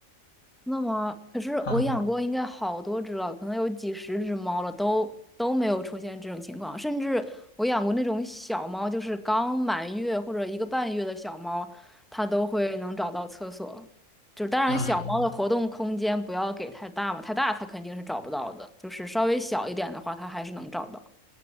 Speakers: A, in the centre; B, on the left (about 80°).
A: 那么，可是我养过应该好多只了，
B: 嗯，
A: 可能有几十只猫了，都都没有出现这种情况。甚至我养过那种小猫，就是刚满月或者一个半月的小猫，它都会能找到厕所。就是当然，
B: 啊拉。
A: 小猫的活动空间不要给太大嘛，太大它肯定是找不到的。就是稍微小一点的话，它还是能找到。